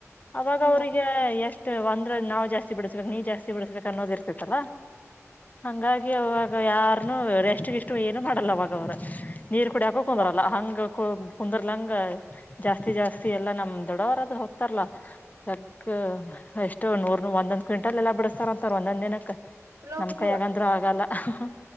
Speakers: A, on the left; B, on the right.
A: ಅವಾಗ
B: ಹ್ಮ್
A: ಅವ್ರಿಗೆ ಎಷ್ಟು ಒಂದ್ರ ನಾವ್ ಜಾಸ್ತಿ ಬಿಡಿಸಬೇಕಕ್ ನೀ ಜಾಸ್ತಿ ಬಿಡಸ್ಬೇಕು ಅನ್ನೋದ ಇರ್ತೇತಲ್ಲ ಹಂಗಾಗಿ ಅವಾಗ ಯಾರನುೂ ರೆಷ್ಟಗಿಷ್ಟು ಏನು ಮಾಡಲ್ಲ ಅವಾಗ ಅವರು ನೀರ್
B: ಚಲೋ
A: ಕುಡ್ಯಾಕ
B: ಬಿಡುವ
A: ಕುಂದ್ರಲ್ಲ ಹಂಗ ಕುಂದರ್ಲಂಗ ಜಾಸ್ತಿ ಜಾಸ್ತಿ ಎಲ್ಲಾ ನಮ್ ದೊಡ್ಡವರದು ಹೋಗ್ತಾರಲಾ ಯಕ್ ಎಷ್ಟು ನೂರ್ ಒಂದೊಂದ್ ಕ್ವಿಂಟಲ್ ಎಲ್ಲಾ ಬಿಡಸ್ತಾರಂತಾರ ಒಂದೊಂದ್ ದಿನಕ್ಕೆ
B: ಚಲೋ
A: ನಮ್
B: ಬಿಡು
A: ಕೈ ಯಾಗ ಅಂತು ಆಗಲ್ಲ <unintelligible>